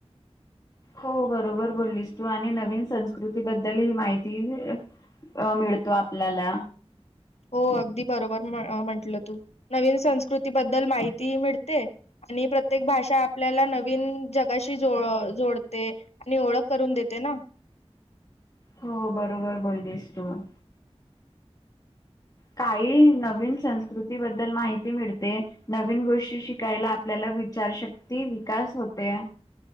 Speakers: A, on the left; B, on the left.
A: हो बरोबर बोललीस तू आणि नवीन संस्कृती बद्दल ह माहिती अ मिळतो आपल्याला
B: हो अगदी बरोबर म्हंटलं तू नवीन संस्कृती बद्दल माहिती मिळते आणि प्रत्येक भाषा आपल्याला नवीन जग गाशी जो जोडते आणि ओळख करून देते ना?
A: हो, बरोबर बोलीस तू म काही नवीन संस्कृतीबद्दल माहिती मिळते. नवीन गोष्टी शिकायला आपल्याला विचारशक्ती विकास होते